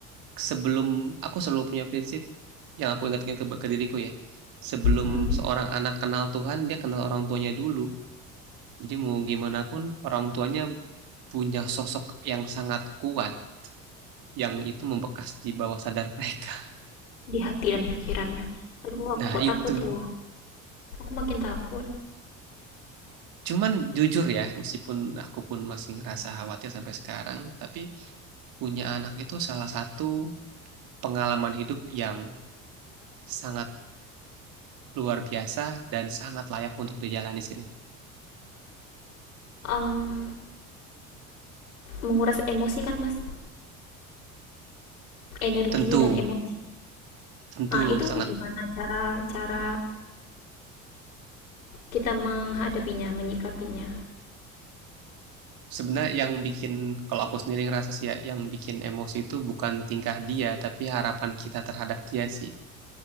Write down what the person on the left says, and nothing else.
Mm-mm.
Di hati dan pikirannya. Aduh, aku
kok
takut ya. Aku makin takut.
Em, menguras emosi kan, Mas. Energi
dan emosi.
Ah, itu
gimana cara cara kita menghadapinya, menyikapinya?